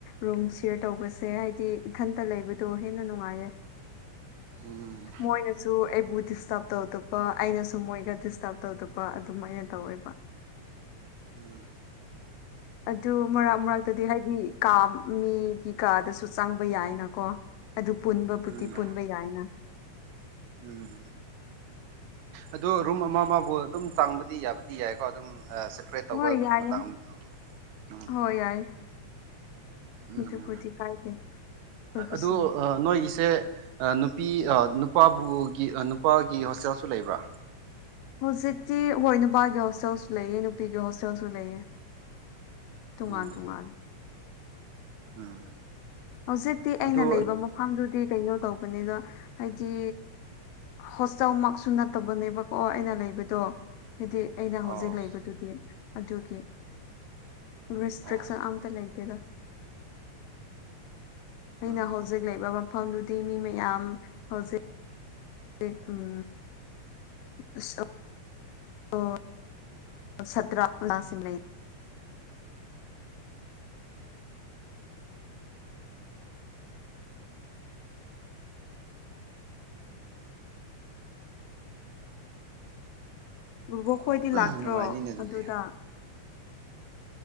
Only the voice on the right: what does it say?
ꯎꯝ
ꯎꯝ
ꯎꯝ
ꯎꯝ ꯑꯗꯣ ꯔꯨꯝ ꯑꯃ ꯑꯃꯕꯨ ꯑꯗꯨꯝ ꯆꯥꯡꯕꯗꯤ ꯌꯥꯕ ꯑꯗꯨꯗꯤ ꯌꯥꯏꯀꯣ ꯑꯗꯨꯝ ꯑꯥ ꯁꯄꯔꯦꯠ ꯇꯧꯕ
ꯃꯇꯥꯡ ꯎꯝ
ꯎꯝ
ꯑꯗꯨ ꯑꯥ ꯅꯣꯏꯒꯤꯁꯦ ꯑꯥ ꯅꯨꯄꯤ ꯑꯥ ꯅꯨꯄꯥꯕꯨꯒꯤ ꯑꯥ ꯅꯨꯄꯥꯒꯤ ꯍꯣꯁꯇꯦꯜꯁꯨ ꯂꯩꯕ꯭ꯔ
ꯎꯝ
ꯎꯝ
ꯑꯗꯨ
ꯑꯣ
ꯑꯣ
ꯎꯝ
ꯑꯣ
ꯅꯨꯡꯉꯥꯏꯅꯤꯅꯦ ꯑꯗꯨꯗꯤ